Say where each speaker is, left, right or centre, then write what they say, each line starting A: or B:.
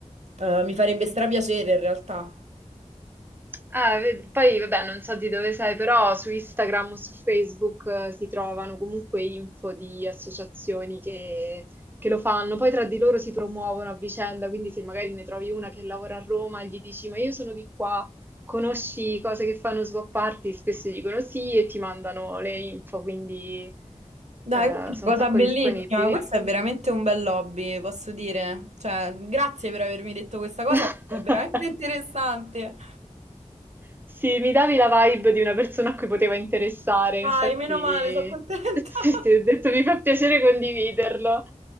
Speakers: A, on the right (about 60°); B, on the right (about 15°).
A: eh, mi farebbe strapiacere in realtà.
B: Eh, ved- poi vabbè, non so di dove sei, però su Instagram o su Facebook eh, si trovano comunque info di associazioni che, che lo fanno, poi tra di loro si promuovono a vicenda, quindi se magari ne trovi una che lavora a Roma, gli dici ma io sono di qua, conosci cose che fanno swap party? Spesso dicono sì e ti mandano le info, quindi
A: Dai,
B: eh,
A: questa è
B: sono un
A: una
B: sacco
A: cosa bellissima,
B: disponibili.
A: questo è veramente un bel hobby, posso dire. Cioè, grazie per avermi detto questa cosa
B: <laughs>
A: perché è veramente interessante.
B: Sì, mi davi la vibe di una persona a cui poteva interessare,
A: Dai,
B: infatti
A: meno male, sono contenta.
B: <laughs> sì,
A: <laughs>
B: sì, ho detto mi fa piacere condividerlo.